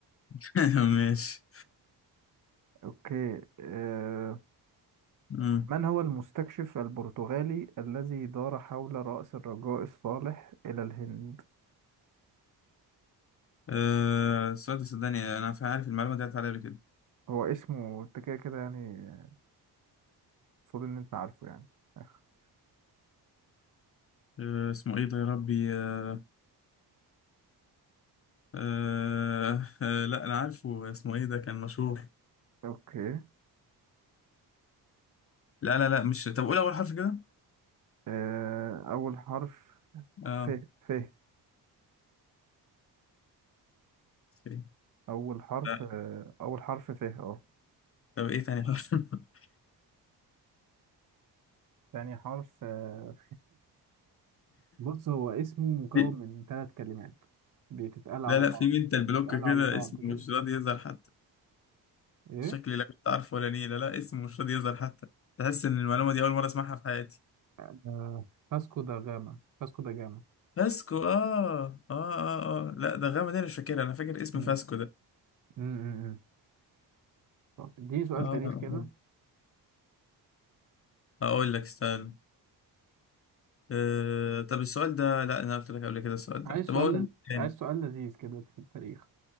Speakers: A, on the left (about 35°); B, on the right (about 50°).
A: <laughs> ماشي
B: اوكي آه...
A: مم.
B: من هو المستكشف البرتغالي الذي دار حول رأس الرجاء الصالح إلى الهند
A: آه السؤال ده صدقني انا عارف المعلومه دي عدت عليا قبل كده
B: هو اسمه انت كده كده يعني المفروض ان انت عارفه يعني <laughs>
A: آه اسمه ايه ده يا ربي آه، آه آه لا انا عارفه اسمه ايه ده كان مشهور
B: اوكي
A: لا لا لا مش طب قول اول حرف كده
B: آه... اول حرف
A: اه
B: ف ف
A: في
B: اول حرف
A: لا.
B: آه... اول حرف ف اه
A: طب ايه تاني حرف <laughs>
B: تاني حرف آه، بص هو اسمه مكون
A: في-
B: من ثلاث كلمات بتتقال
A: لا
B: على
A: لا
B: بعض
A: في منتال بلوك
B: بتتقال
A: كده
B: على بعض
A: اسمه
B: كده
A: مش راضي يظهر حتى
B: ايه
A: شكلي لا كنت عارفه ولا نيلة لا اسمه مش راضي يظهر حتى تحس ان المعلومه دي اول مره اسمعها في حياتي
B: آه، فاسكو دا جاما فاسكو دا جاما
A: فاسكو اه اه اه اه لا ده غامض انا مش فاكرها انا فاكر اسم
B: مم.
A: فاسكو ده
B: مم، مم، مم. طب اديني سؤال
A: اه
B: تاريخ كده
A: اقول لك استنى آه طب السؤال ده لا انا قلت لك قبل كده السؤال ده
B: عايز
A: طب
B: سؤال
A: اقول لك
B: عايز سؤال لذيذ كده في التاريخ